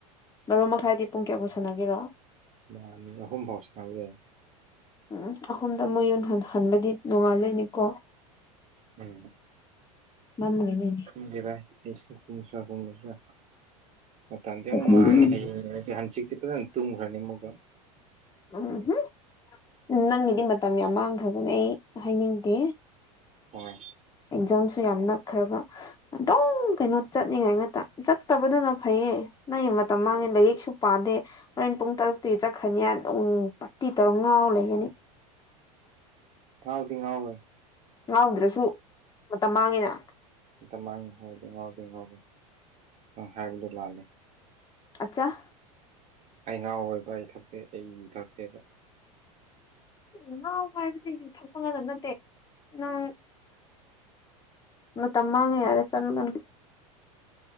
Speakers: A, on the left (about 20°); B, on the right (about 35°).
A: ꯕꯔꯣ ꯃꯈꯥꯏꯗꯤ ꯄꯨꯡ ꯀꯌꯥꯐꯥꯎ ꯁꯥꯟꯅꯒꯦꯔꫭ
B: ꯑꯃꯥ ꯑꯅꯤ ꯑꯍꯨꯝ ꯐꯥꯎ ꯁꯥꯅꯕ ꯌꯥꯏ
A: ꯎꯝ ꯑꯍꯨꯝꯗ ꯑꯃꯨꯛ ꯌꯨꯝ ꯍꯟꯕꯗꯤ ꯅꯣꯡꯉꯥꯜꯂꯣꯏꯅꯤꯀꯣ
B: ꯎꯝ
A: <unintelligible>
B: ꯈꯪꯗꯦ ꯕꯥꯏ ꯑꯩꯁꯨ ꯈꯨꯝꯁꯤꯔ ꯈꯨꯝꯃꯣꯏꯁꯤꯔ ꯃꯇꯝꯗꯤ ꯑꯃꯨꯛ
A: ꯎꯝꯍꯨꯝ
B: ꯃꯥꯡꯉꯦ ꯍꯌꯦ ꯌꯧꯔꯗꯤ ꯍꯪꯆꯤꯛꯇꯤ ꯐꯖꯅ ꯇꯨꯝꯈ꯭ꯔꯅꯤ ꯑꯃꯨꯛꯒ
A: ꯎꯝ ꯍꯨꯝ ꯅꯪꯒꯤꯗꯤ ꯃꯇꯝ ꯌꯥꯝ ꯃꯥꯡꯈ꯭ꯔꯕꯅꯦ ꯍꯥꯏꯅꯤꯡꯗꯦ
B: ꯍꯣꯏ
A: ꯑꯦꯛꯖꯥꯝꯁꯨ ꯌꯥꯝ ꯅꯛꯈ꯭ꯔꯕ ꯑꯗꯨꯝ ꯀꯩꯅꯣ ꯆꯠꯅꯤꯡꯉꯥꯏ ꯉꯥꯛꯇ ꯆꯠꯇꯕꯗꯨꯅ ꯐꯩꯌꯦ ꯅꯪꯒꯤ ꯃꯇꯝ ꯃꯥꯡꯉꯦ ꯂꯥꯏꯔꯤꯛꯁꯨ ꯄꯥꯗꯦ ꯍꯣꯔꯦꯟ ꯄꯨꯡ ꯇꯔꯨꯛꯇꯤ ꯆꯠꯈ꯭ꯔꯅꯤ ꯑꯗꯨꯝ ꯄꯥꯔꯇꯤ ꯇꯧꯔꯒꯥ ꯉꯥꯎꯔꯒ ꯂꯩꯒꯅꯤ
B: ꯉꯥꯎꯗꯤ ꯉꯥꯎꯔꫭꯏ
A: ꯉꯥꯎꯗ꯭ꯔꯁꯨ ꯃꯇꯝ ꯃꯥꯡꯉꯦꯅ
B: ꯃꯇꯝ ꯃꯥꯡꯉ ꯍꯥꯏꯗꯤ ꯉꯥꯎꯗꯦ ꯉꯥꯎꯒꯦ ꯅꯪ ꯍꯥꯏꯕꯗꯣ ꯂꯥꯜꯂꯦ
A: ꯑꯆꯥ
B: ꯑꯩ ꯉꯥꯎ ꯔꫭꯏꯕ ꯑꯩ ꯊꯛꯇꯦ ꯑꯩ ꯌꯨ ꯊꯛꯇꯦꯕ
A: ꯉꯥꯎꯕ ꯍꯥꯏꯕꯗꯤ ꯌꯨꯝ ꯊꯛꯄ ꯉꯛꯇ ꯅꯠꯇꯦ ꯅꯪ ꯃꯇꯝ ꯃꯥꯡꯅ ꯌꯥꯔꯦ ꯆꯪꯠꯂꯣ ꯅꯪ